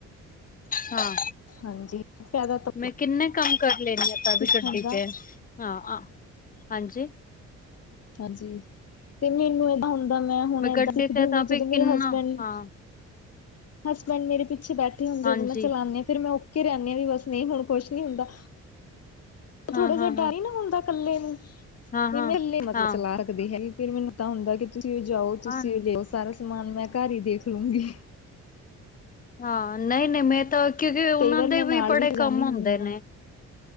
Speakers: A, on the left; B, on the left.
A: ਹਾਂ।
B: ਹਾਂਜੀ ਫਾਇਦਾ ਤਾਂ
A: ਮੈਂ ਕਿੰਨੇ ਕੰਮ ਕਰ ਲੈਣੀ ਆਪਾਂ
B: ਸਿੱਖਣ
A: ਵੀ ਗੱਡੀ
B: ਦਾ
A: ਤੇ ਹਾਂ ਆਂ ਹਾਂਜੀ।
B: ਹਾਂਜੀ ਤੇ ਮੈਨੂੰ ਏਦਾਂ ਹੁਣ ਦਾਂ ਮੈਂ ਹੁਣ ਏਦਾਂ
A: ਗੱਡੀ
B: ਸਿੱਖਦੀ
A: ਤੇ
B: ਹੁੰਦੀ
A: ਤਾਂ ਵੀ
B: ਜਦੋਂ
A: ਕਿੰਨਾ
B: ਮੇਰੇ ਹਸਬੈਂਡ
A: ਹਾਂ
B: ਹਸਬੈਂਡ ਮੇਰੇ ਪਿੱਛੇ ਬੈਠੇ ਹੁੰਦੇ
A: ਹਾਂਜੀ
B: ਮੈਂ ਚਲਾਂਦੀ ਫਿਰ ਮੈਂ ਓ ਕੀ ਰੈਂਨੇ ਵੀ ਬਸ ਨਈ ਹੁਣ ਕੁਛ ਨੀ ਹੁੰਦਾ।
A: ਹਾਂ
B: ਥੋੜਾ
A: ਹਾਂ
B: ਜਿਹਾ ਡਰ
A: ਹਾਂ
B: ਹੀ ਨਾ ਹੁੰਦਾ ਕੱਲੇ ਨੂੰ
A: ਹਾਂ
B: ਵੀ
A: ਹਾਂ
B: ਮਹਲੇ ਮਤਲਬ
A: ਹਾਂ
B: ਚਲਾ ਸਕਦੀ ਹੈਗੀ ਫਿਰ ਮੈਨੂੰ ਪਤਾ ਹੁੰਦਾ ਕਿ ਤੁਸੀਂ ਜਾਓ ਤੁਸੀਂ
A: ਹਾਂ
B: ਲੈ ਆਓ ਸਾਰਾ ਸਮਾਨ ਮੈਂ ਘਰ ਹੀ ਦੇਖ ਲੂੰਗੀ।
A: ਹਾਂ ਨਈ-ਨਈ ਮੈਂ ਤਾਂ ਕਿਉਂਕਿ ਉਹਨਾਂ
B: ਕਈ ਵਾਰ
A: ਦੇ
B: ਮੈਂ ਨਾਲ
A: ਵੀ ਬੜੇ
B: ਜਾਂਦੀ
A: ਕੰਮ ਹੁੰਦੇ
B: ਹੁੰਦੀ
A: ਨੇ।
B: ਹਾਂ।